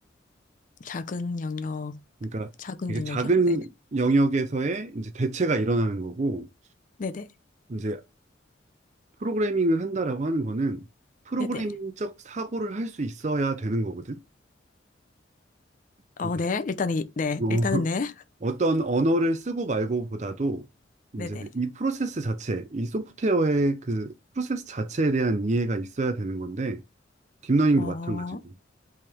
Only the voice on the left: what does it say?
작은 영역,
작은
영역이요?
네.
네네.
네네.
어, 네.
일단 이, 네.
일단은 네.
네네.
어,